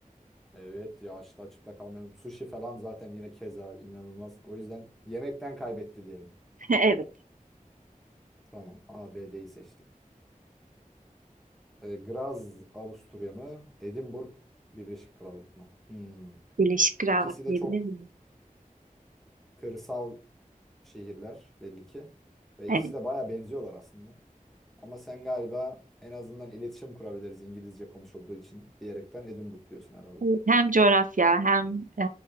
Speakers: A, in the centre; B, on the right.
A: Evet ya açta açıkta kalmayalım. Sushi falan zaten yine keza inanılmaz. O yüzden yemekten kaybetti diyelim.
B: <laughs> Evet,
A: Tamam ABD'yi seçtik. E, Graz Avusturya mı? Edinburgh Birleşik Krallık mı? Hmm.
B: Birleşik Krallık
A: İkisi de
B: diyebilir
A: çok
B: miyiz?
A: kırsal şehirler belli ki. Ve
B: Evet.
A: ikisi de baya benziyorlar aslında. Ama sen galiba en azından iletişim kurabiliriz İngilizce konuşulduğu için diyerekten Edinburgh diyorsun herhalde.
B: Evet, Hem coğrafya hem e,